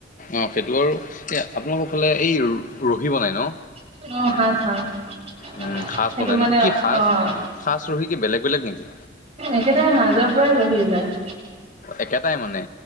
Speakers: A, on the left; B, on the right.
A: অঁ'সেইটো আৰু, এই আপোনালোকৰ ফালে এই ৰহি বনাই ন?
B: অ'। <unintelligible>
A: উম, সাজ
B: সেইটো
A: বনাই
B: মানে
A: ন। কি সাজ,
B: অ',
A: সাজ ৰহি কি বেলেগ বেলেগ নেকি?
B: একেটাই মাজৰ পৰাই ৰহি ওলায়।
A: একেটাই মানে?